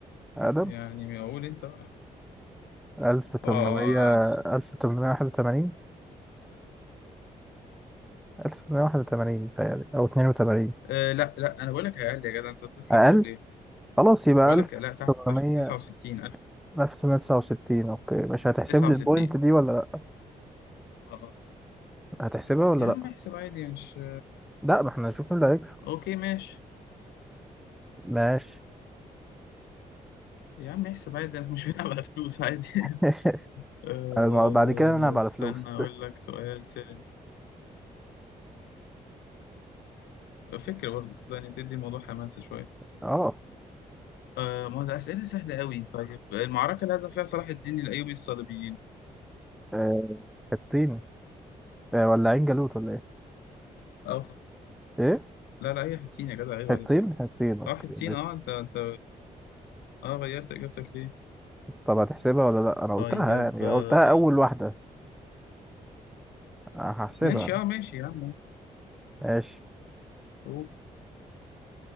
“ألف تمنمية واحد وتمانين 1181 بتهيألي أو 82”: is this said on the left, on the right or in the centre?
Centre